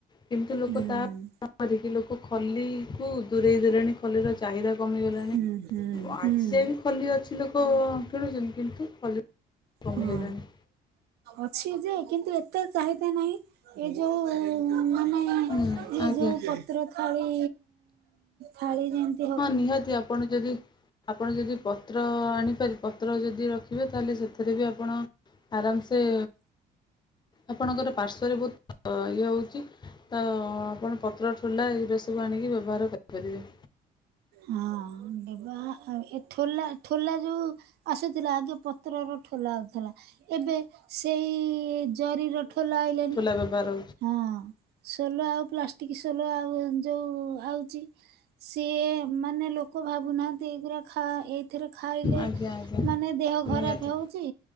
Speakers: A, on the left; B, on the right.
A: କିମିତି ଲୋକ
B: ହୁଁ
A: ତା <unintelligible> କରିକି ଲୋକ ଖଲି କୁ ଦୂରେଇ ଦେଲେଣି ଖଲିର ଚାହିଦା କମିଗଲାଣି
B: ହୁଁ ହୁଁ
A: ଆଜି
B: ହୁଁ।
A: ଯାଏ ବିି ଖଲି ଅଛି ଲୋକ କିଣୁଛନ୍ତି କିନ୍ତୁ ଖଲି କମି
B: ହଁ
A: ଗଲାଣି।
B: ଅଛି ଯେ କିନ୍ତୁ ଏତେ ଚାହିଦା ନାହିଁ। ଏ ଯୋଉ ମାନେ ଇଏ
A: ହୁଁ ଆଜ୍ଞା
B: ଯୋଉ ପ ତ୍ର ଥାଳି ଥାଳି ଯେମି
A: ହଁ ନିହାତି ଆପଣ ଯଦି ଆପଣ ଯଦି ପତ୍ର ଆଣିପାରି ପତ୍ର ଯଦି ରଖିବେ ତାହେଲେ ସେଥିରେ ବି ଆପଣ ଆରାମସ୍ ସେ ଆପଣଙ୍କର ପାର୍ଶ୍ୱରେ ବହୁତ ଇଏ ହେଉଚି ତ ଆପଣ ପତ୍ର ଠୋଲା ଏଗୁରା ସବୁ ଆଣିକି ବ୍ୟବହାର କରିପାରିବେ।
B: ହଁ ବ୍ୟବହା ଏ ଠୋଲା ଠୋଲା ଯୁ ଆସୁଥିଲା ଆଗେ ପତ୍ରର ଠୋଲା ଆଉଥିଲା ଏବେ ସେଇ ଜରିର ଠୋଲା ଆଇଲାଣି।
A: ତମେ ବାର
B: ହଁ ସୋଲ ଆଉ ପ୍ଲାଷ୍ଟିକ ସୋଲ ଆଉ ଯୋଉ ଆଉଚି ସିଏ ମାନେ ଲୋକ ଭାବୁନାହାନ୍ତି ଏଇଗୁରା ଖା ଏଇଥିରେ ଖାଇଲେ
A: ଆଜ୍ଞା ଆଜ୍ଞା
B: ମାନେ ଦେହ
A: ନିହାତି
B: ଖରାପ ହେଉଚି